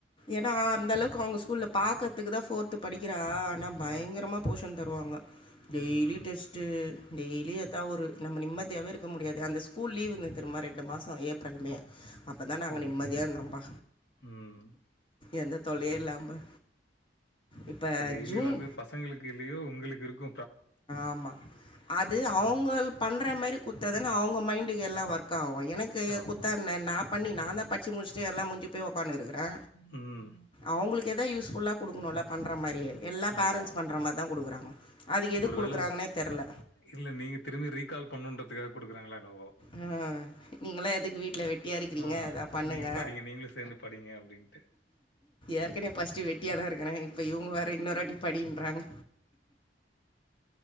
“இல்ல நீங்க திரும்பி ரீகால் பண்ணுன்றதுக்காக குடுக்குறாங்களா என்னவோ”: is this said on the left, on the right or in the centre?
Left